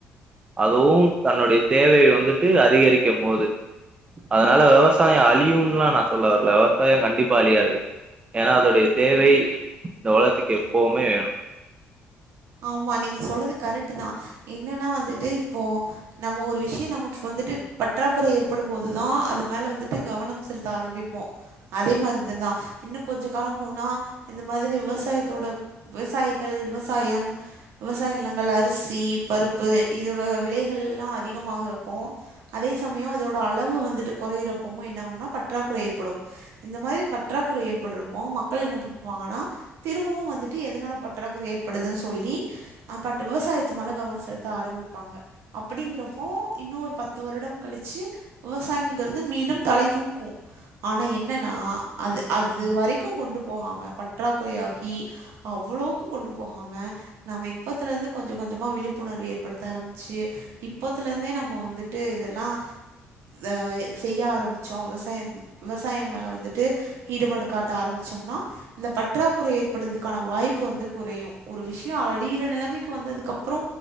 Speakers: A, on the right (about 25°); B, on the right (about 80°).
A: அதுவு தன்னுடைய தேவைய வந்துட்டு அதிகரிக்கும்போது அதனால விவசாயோ அழியும்லா நா சொல்ல வரல விவசாயோ கண்டிப்பா அழியாது ஏனா அதோடைய தேவை இந்த ஒலகத்க்கு எப்போமே வேணு
B: ஆமா நீங்க சொல்றது கரெக்ட்டு தா என்னன்னா வந்துட்டு இப்போ நம்ம ஒரு விஷயோ நமக்கு வந் துட்டு பற்றாக்குறை ஏற்படும் போது தா அது மேல வந்துட்டு கவனம் செலுத்த ஆரம்பிப்போ அதே மாரி தா இன்னு கொஞ்ச காலம் போனா இந்த மாத்ரி விவசாயத்தோட விவசாயிகள் விவசாயம் விவசாய நிலங்கள் அரிசி பருப்பு இதோட விலைகள்ல்லா அதிகமாகறப்போ அதே சமயோ அதோட அளவு வந்துட்டு கொறையிறப்பமு என்னாகுனா பற்றாக்குறை ஏற்படு இந்த மாரி பற்றா க்குறை ஏற்பட்றப்போ மக்கள் என்ன பண்ணுவாங்கனா திரும்பவு வந்துட்டு எதனால பற்றாக்குறை ஏற்படுது சொ ல்லி ஆ பட் விவசாயத்து மேல கவனோ செலுத்த ஆரம்பிப்பாங்க அப்படிங்கிறப்போ இன்னொரு ப த்து வருடம் கழிச்சி விவசாயம்ங்கிறது மீண்டும் தலை தூக்கு ஆனா என்னன்னா அது அது வரைக்கு கொண்டு போகாம பற்றாக்குறை ஆகி அவ்ளோக்கு கொண்டு போகாம நம்ம இப்பத்துலருந்து கொஞ்ச கொஞ்சமா விழிப்புணர்வு ஏற்படுத்த ஆரம்பிச்சி இப்பத்துருந்தே நம்ம வந்துட் டு இதெல்லா த செய்ய ஆரம்பிச்சோ விவசாய விவசாயம் மேல வந்துட்டு ஈடுபாடு காட்ட ஆரம்பிச்ச ம்னா இந்த பற்றாக்குறை ஏற்பட்றதுகான வாய்ப்பு வந்து குறையு ஒரு விஷ் யோ அழியிற நெலமைக்கு வந்ததுக்கப்றோ